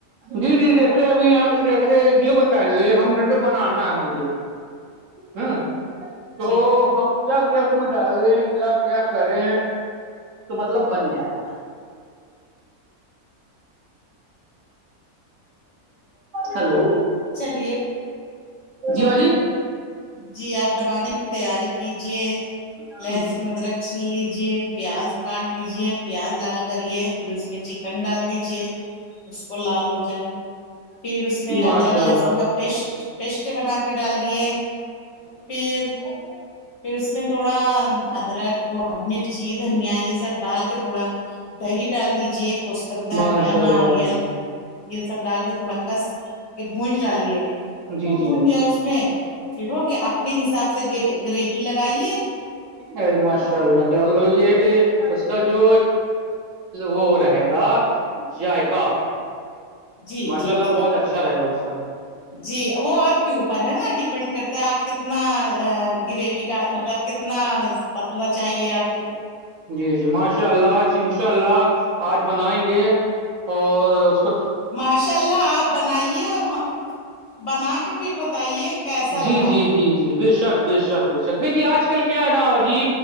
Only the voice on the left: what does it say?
جی
چلیے
تو جی آپ بنانے کی تیاری کیجیے
لہسن ادرک چل لیجے پیاز کاٹ لیجے پیاز لال کریے پھر اس میں چ کن ڈال دیجے اس کو لال ہو جائے پھر اس میں
ادرک لہسن
کا پیسٹ پیسٹ بنا کے ڈال دیے پھر
پھر اس میں تھوڑا ادرک مرچی دھنیا یہ سب ڈال کے تھوڑا دہی ڈال دیجے پستک دھانیا
ناریل یہ سب ڈال کے تھوڑا کس کے بھج ڈالیے
خوب
بھج
جائے اس میں پھر ہوگے اپنے حساب سے گریوی لگائیے
جی
جی
جی
جی وہ آپ کے اوپر ہے نا ڈیپینڈ کرتا ہے آپ کتنا گری کا مطلب کتنا پتلا چاہیے آپ کو
ماشاء اللہ آپ بنائیے اور بنا کے پھر بتائیے کیسا لگا